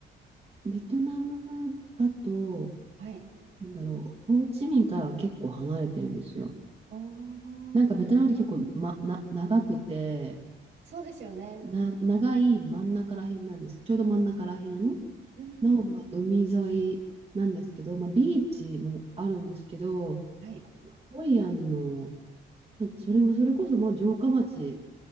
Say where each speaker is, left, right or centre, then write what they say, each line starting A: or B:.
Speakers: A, on the right (about 30°); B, on the right (about 70°).
A: ベトナムだと、
B: はい。
A: なんだろう、ホーチミンからは結構離れてるんですよ。
B: お
A: なんかベトナムって結構、
B: ー、
A: ま、な、長くて、
B: そうですよね。
A: な、長い真ん中ら辺なんですけど、ちょうど真ん中ら辺
B: うん。
A: の、まあ、海沿いなんですけど、まあ、ビーチもあるんですけど、
B: はい。
A: ホイアンの、それも、それこそもう城下町